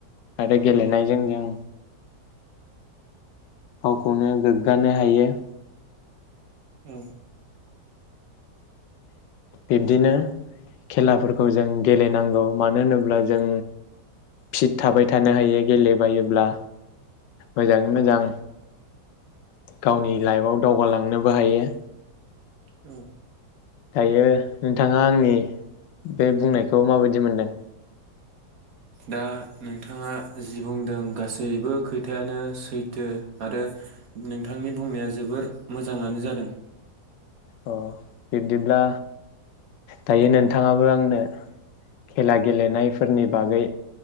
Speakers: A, on the left; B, on the right.
A: आरो गेलेनायजों जों। गावखौनो गोग्गानो हायो।
B: औ।
A: बिब्दिनो खेलाफोरखौ जों गेलेनांगौ मानो होनोब्ला जों फिट थाबाय थानो हायो गेलेबायोब्ला। मोजाङै मोजां। गावनि लाइफआव दावगालांनोबो हायो।
B: औ।
A: दायो नोंथाङा आंनि बे बुंनायखौ माबायदि मोनदों?
B: दा नोंथाङा जि बुंदों गासैबो खोथायानो सैथो आरो, नोंथांनि बुंनाया जोबोर मोजाङानो जादों।
A: अ बिब्दिब्ला दायो नोंथाङाबो आंनो खेला गेलेनायफोरनि बागै